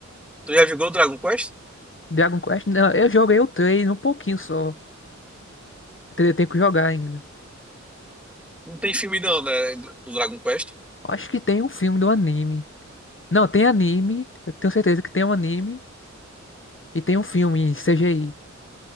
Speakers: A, in the centre; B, on the left.
A: Tu já jogou o Dragon Quest?
B: Dragon Quest, não, eu joguei o trailer um pouquinho só. tem tenho que jogar ainda.
A: Não tem filme não, né, do do Dragon Quest?
B: Acho que tem um filme do anime. Não, tem anime. Eu tenho certeza que tem um anime. E tem um filme em CGI.